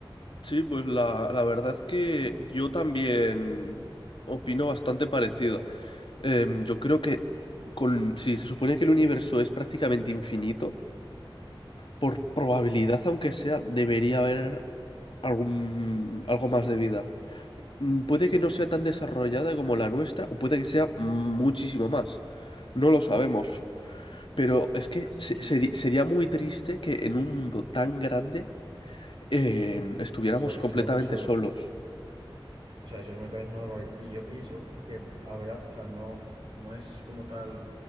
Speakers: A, on the left; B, on the right.
A: Sí, pues la, la verdad que yo también opino bastante parecido. Em, yo creo que con, si se supone que el universo es prácticamente infinito, por probabilidad,
B: Sí,
A: aunque sea, debería haber algún, algo más de vida. mm, puede que no sea tan desarrollada
B: hostias.
A: como la nuestra, o puede que sea muchísimo más. No lo sabemos. Pero es que
B: Pues es
A: se-
B: que
A: seri- sería muy triste que en un mundo tan grande eh, estuviéramos
B: sol- estuviéramos
A: completamente
B: solos.
A: solos.
B: O sea, eso sí me parece una barbaridad. Y yo pienso que habrá, o sea, no, no es como tal